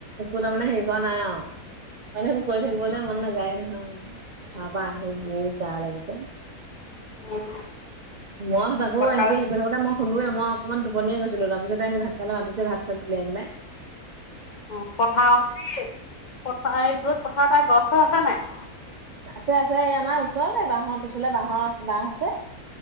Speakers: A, on the right; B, on the left.
A: একো তা মানে হেই পোৱা নাই আও মানে সেইবোৰ কৈ থাকিবলৈ মন নাযায় নহয় আও পথাৰৰ পৰা আহি যি বেয়া লাগিছে
B: উম,
A: মই তাকো
B: পথাৰ
A: হেতি কৰি থাকোতে মই শুলোৱে মই অকণমান টোপনিয়ে গৈছিলো তাপিছতে ভাত খাবলে মাতিছে ভাত চাত উলিয়াই কিনে
B: অ পথাৰ পথাৰ এই যত পথাৰ তাৰ গছ চছ আছে নাই
A: আছে আছে এই আমাৰ ওচৰতে বাঁহৰ পিছফালে বাঁহৰ বাঁহ আছে